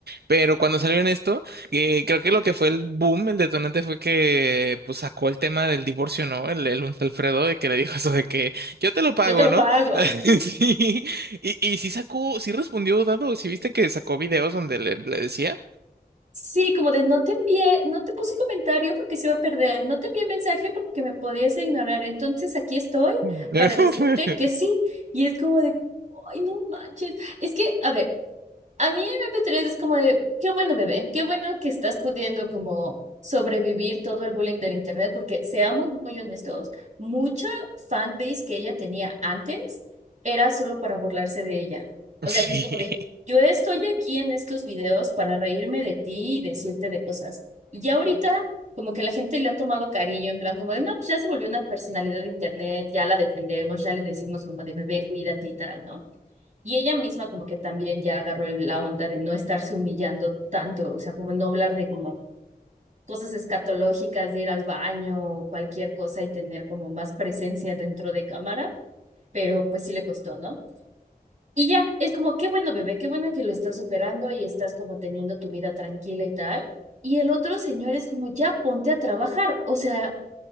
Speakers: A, on the right; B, on the right.
A: Pero cuando salió en esto, eh, creo que lo que fue el boom, el detonante fue que pues sacó el tema del divorcio, ¿no? El, el un Alfredo y que le dijo eso de que yo te lo pago,
B: Yo te lo
A: ¿no?
B: pago.
A: <laughs> Sí. Y, y sí sacó, sí respondió Dado, sí viste que sacó videos donde le, le decía.
B: Sí, como de no te envié, no te puse comentario porque se iba a perder, no te envié mensaje porque me podías ignorar, entonces aquí estoy
A: <laughs>
B: para decirte que sí, y es como de, ay, no manches, es que, a ver, a mí M P tres es como de, qué bueno bebé, qué bueno que estás pudiendo como sobrevivir todo el bullying del internet, porque seamos muy honestos, mucha fanbase que ella tenía antes era solo para burlarse de ella. O
A: Sí.
B: sea que es como de, yo estoy aquí en estos videos para reírme de ti y decirte de cosas. Y ya ahorita como que la gente le ha tomado cariño, en plan como de, no, pues ya se volvió una personalidad de internet, ya la defendemos, ya le decimos como de bebé, cuídate y tal, ¿no? Y ella misma como que también ya agarró el- la onda de no estarse humillando tanto, o sea, como no hablar de como cosas escatológicas, de ir al baño o cualquier cosa y tener como más presencia dentro de cámara, pero pues sí le costó, ¿no? Y ya, es como, qué bueno bebé, qué bueno que lo estás superando y estás como teniendo tu vida tranquila y tal. Y el otro señor es como, ya ponte a trabajar, o sea...